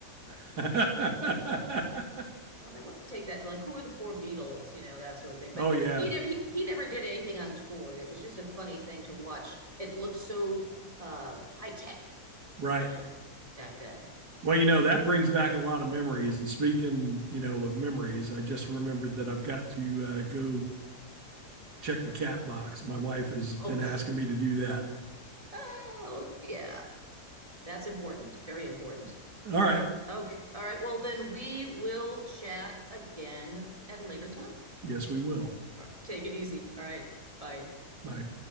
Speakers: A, on the right; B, on the right.
A: <laughs>
B: I was like, what take that? Like, who are the four Beatles? You know, that sort of thing. But
A: Oh yeah,
B: he never he, he never did anything untoward. It was just a funny thing to watch. It looked so uh high tech,
A: right.
B: you know, back then.
A: Well, you know, that brings back a lot of memories. And speaking, you know, of memories, I just remembered that I've got to uh, go check the cat box. My wife has been
B: Oh,
A: asking
B: <laughs>
A: me to do that.
B: oh yeah. That's important. Very important.
A: All right.
B: Okay. All right. Well, then we will chat again at a later time.
A: Yes, we will.
B: All right. Take it easy. All right. Bye.
A: Bye.